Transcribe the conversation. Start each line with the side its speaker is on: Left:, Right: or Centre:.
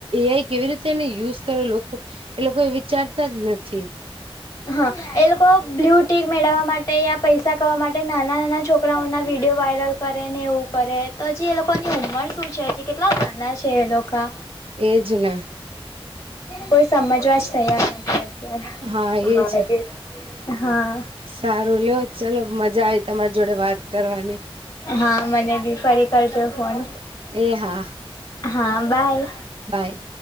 Right: આઈ કેવી રીતે એને યુઝ કરે લોકો એ લોકો એ વિચારતા જ નથી
Left: હા એ લોકો બ્લુ ટીક મેળવવા માટે યા પૈસા કરવાવા માટે નાના નાના છોકરાઓના વિડીયો વાયરલ કરે ને એવું કરે તો હજી એ લોકોની ઉંમર શું છે હજી કેટલા નાના છે એ લોકો
Right: એજ ને
Left: કોઈ સમજવા જ તૈયાર નથી અત્યારે
Right: હા એજ
Left: હા
Right: સારું લો ચલો મજા આવી તમારી જોડે વાત કરવાની
Left: હા મને બી ફરી કરજો ફોન
Right: એ હા
Left: હા બાય
Right: બાય.